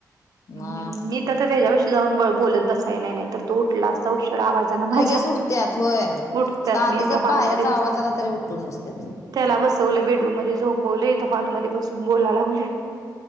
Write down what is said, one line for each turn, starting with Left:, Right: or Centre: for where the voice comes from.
Right: हम्म
Left: मग
Right: मी तर त्याच्याविषी जाऊन बोलत बसाय नाही नाही तर तो उठला असता उशर आवाजाने
Left: लगेच
Right: माझ्या
Left: उठत्यात होय.
Right: उठतात
Left: साधं
Right: मी आता
Left: जर पायाचा
Right: हॉलमध्ये बसले
Left: आवाज आला तरी उठून बसत्यात.
Right: त्याला बसवलं बेडरूम मध्ये झोपवलेथ हॉलमध्येध्ये बसून बोलाय लागलोय